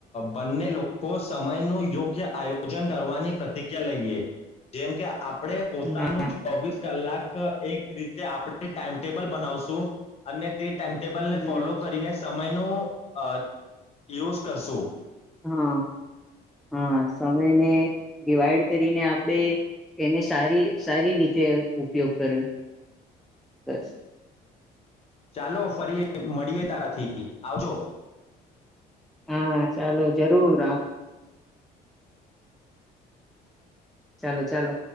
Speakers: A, on the left; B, in the centre.
A: બંને લોકો સમય નું યોગ્ય આયોજન કરવાની પ્રતિજ્ઞા લઈએ જેમ કે આપ આપણે પોતાનું
B: હા
A: જ ચોવીસ કલાક જ એક રીતે આપણે ટાઈમટેબલ બનાવશું અને તે ટાઈમટેબલ ને
B: હમ
A: ફોલો સમય નો અ યુઝ કરશું.
B: હા હા સમયને ડિવાઈડ કરીને આપણેે એને સારી સારી રીતે ઉપયોગ કરો બસ
A: ચાલો ફરી મળીએે તારથી આવજો.
B: હા ચાલો જરૂર આવ. ચાલો-ચાલો.